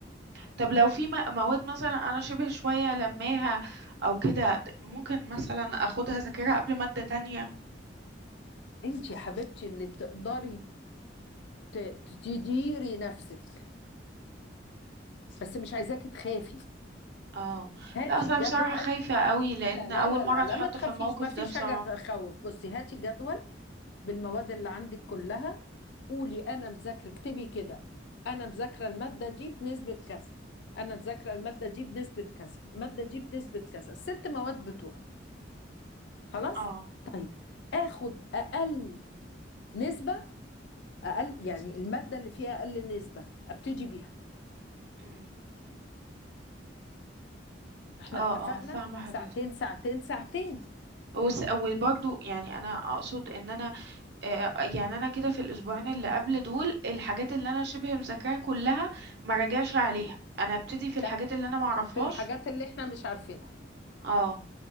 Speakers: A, on the right; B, on the left.
A: طب لو في م- مواد مثلا انا شبه شوية لماها او كده ممكن مثلا اخدها ذاكرها قبل مادة تانية
B: انت يا حبيبتي اللي تقدري ت- ت- تديري نفسك بس مش عايزاكي تخافي
A: اه
B: هاتي
A: لا اصل
B: جدول
A: أنا بصراحة خايفة قوي لان
B: لا لا
A: اول
B: لا
A: مرة
B: لا
A: اتحط
B: لا ما تخافيش
A: في الموقف
B: ما فيش
A: ده بصراحة
B: حاجه تخوف بصي هاتي جدول بالمواد اللي عندك كلها قولي انا مذاكره اكتبي كده انا مذاكره الماده دي بنسبه كذا انا مذاكره الماده دي بنسبه كذا الماده دي بنسبه كذا الست مواد بتوع خلاص
A: اه
B: طيب اخد اقل نسبه اقل يعني الماده اللي فيها اقل نسبه ابتدي بيها
A: أمم.
B: احنا
A: اه
B: اتفقنا
A: اه فاهمة حضرتك
B: ساعتين ساعتين ساعتين
A: وس- وبرضو يعني انا اقصد ان انا آه، يعني انا كده في الاسبوعين اللي قبل دول الحاجات اللي انا شبه مذاكراها كلها ما راجعش عليها انا ابتدي في الحاجات
B: لا
A: اللي انا ما اعرفهاش
B: في الحاجات اللي احنا مش عارفينها
A: اه